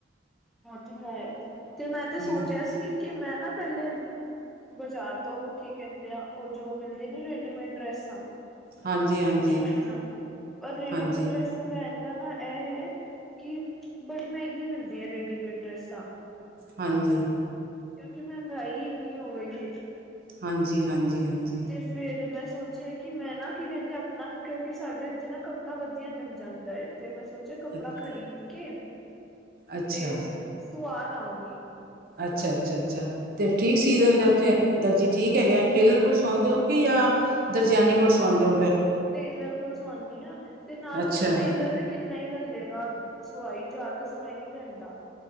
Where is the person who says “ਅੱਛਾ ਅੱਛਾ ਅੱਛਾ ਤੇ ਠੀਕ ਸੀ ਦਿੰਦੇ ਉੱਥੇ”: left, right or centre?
Right